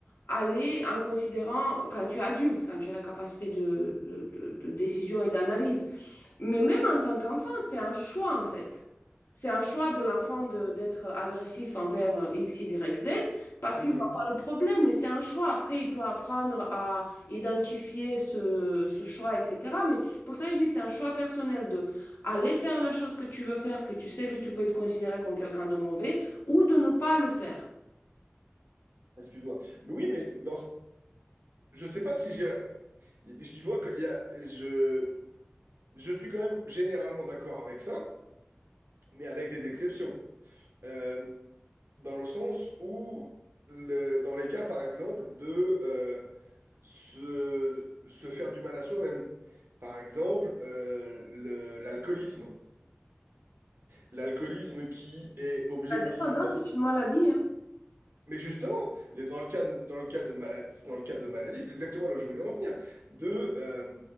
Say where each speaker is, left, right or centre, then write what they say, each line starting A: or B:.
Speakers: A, on the left (about 75°); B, on the right (about 70°).
A: aller en considérant quand tu es adulte, quand tu as la capacité de, de de- de décision et d'analyse. Mais même en tant qu'enfant, c'est un choix en fait. C'est un choix de l'enfant de- d'être agressif envers euh, X, Y, Z parce
B: Mhm.
A: qu'il ne voit pas le problème, mais c'est un choix. Après, il peut apprendre à identifier ce, ce choix, etc. Mais pour ça, je dis, c'est un choix personnel de aller faire la chose que tu veux faire, que tu sais que tu peux être considéré comme quelqu'un de mauvais, ou de ne pas le faire.
B: Excuse-moi. Mais oui, mais dans... je sais pas si j'y j'y vois qu'il y a... Je... je suis quand même généralement d'accord avec ça, mais avec des exceptions. Euh, Dans le sens où, le- dans les cas, par exemple, de euh, se, se faire du mal à soi-même. Par exemple, euh, le- l'alcoolisme. L'alcoolisme qui est objectivement
A: La dépendance, c'est une maladie, hein.
B: Mais justement, les- dans le cas de, dans le cas de maladie, dans le cas de maladie, c'est exactement là où je voulais en venir. De, euh,